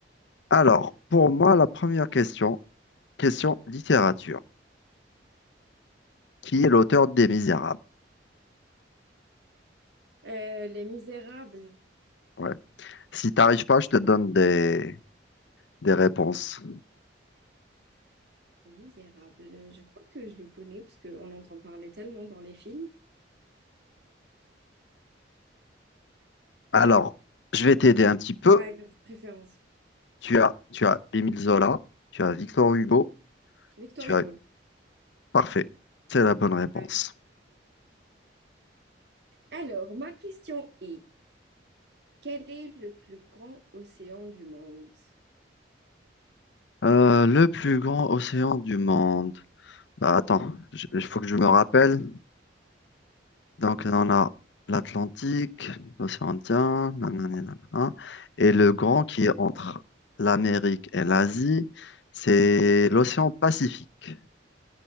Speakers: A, on the left; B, on the right.
A: Alors, pour moi, la première question, question littérature. Qui est l'auteur des Misérables?
B: Euh, Les Misérables.
A: Ouais. Si t'arrives pas, je te donne des, des réponses.
B: Les Misérables, je crois que je le connais parce qu'on entend parler tellement dans les films.
A: Alors, je vais t'aider un petit peu.
B: Ouais, de préférence.
A: Tu as, tu as Émile Zola, tu as Victor Hugo,
B: Victor
A: tu
B: Hugo.
A: as... Parfait, c'est la bonne réponse.
B: Ouais. Alors, ma question est, quel est le plus grand océan du monde?
A: Euh, le plus grand océan du monde. Bah attends, il faut que je me rappelle. Donc on a l'Atlantique, l'océan Indien, nanani, nanana. et le grand qui est entre l'Amérique et l'Asie, c'est l'océan Pacifique.